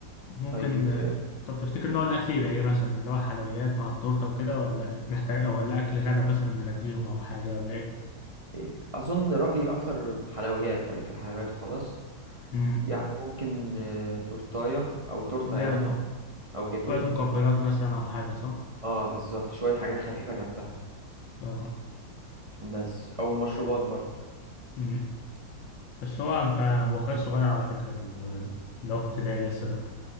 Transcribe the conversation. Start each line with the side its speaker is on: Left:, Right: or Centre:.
Left: ممكن
Right: طيب آه،
Left: طب تفتكر نوع الاكل يبقى ايه مثلا اللي هو حلويات مع التورتة وكده ولا محتاج أو ولا اكل غدا مثلا نغديهم او حاجة ولا ايه
Right: إيه، اظن رأيي اكتر حلويات خليك في الحلويات وخلاص
Left: امم
Right: يعني ممكن آه، تورتاية او تورتة
Left: لا
Right: يعني او أو جاتو
Left: شوية مقبلات مثلا او حاجة صح
Right: اه بالظبط شوية حاجات خفيفة جنبها
Left: اه
Right: بس او مشروبات برضه
Left: امم بس هو انت هو خالص صغير على فكرة ال- اللي هو في ابتدائي لسه ده